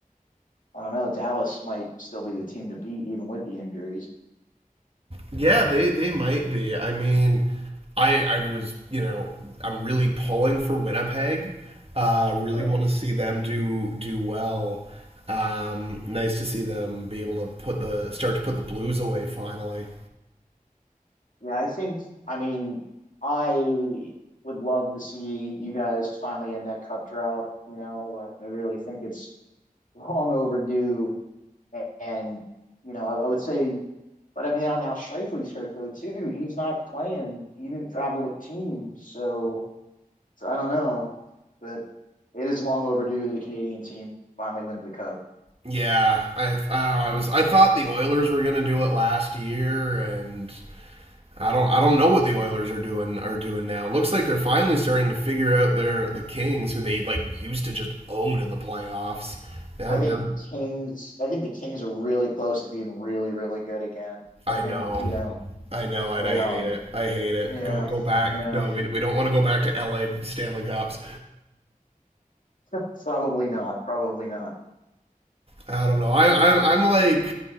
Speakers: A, on the left (about 65°); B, on the right (about 40°).
A: I don't know, Dallas might still be the team to beat even with the injuries.
B: Yeah, they they might be. I mean, I I was you know I'm really pulling for Winnipeg. Uh, really
A: Sure.
B: want to see them do do well. Um, nice to see them be able to put the start to put the Blues away finally.
A: Yeah, I think I mean I would love to see you guys finally end that cup drought. You know, I, I really think it's long overdue. And, you know, I, I, would say, but I mean, now, now Shifley's hurt though too. He's not playing. He didn't travel with team, so So I don't know, but it is long overdue that a Canadian team finally wins the cup.
B: Yeah, I I was I thought the Oilers were gonna do it last year, and I don't I don't know what the Oilers are doing are doing now. Looks like they're finally starting to figure out their the Kings, who they like used to just own in the playoffs. Now
A: I
B: now
A: think the Kings. I think the Kings are really close to being really, really good again.
B: I
A: I think
B: know.
A: you know
B: I know, and
A: they.
B: I hate
A: Um.
B: it. I hate it.
A: Yeah.
B: Go go back.
A: Yeah.
B: No, we, we don't want to go back to LA Stanley Cups.
A: <laughs> probably not. Probably not.
B: I don't know. I, I I'm like,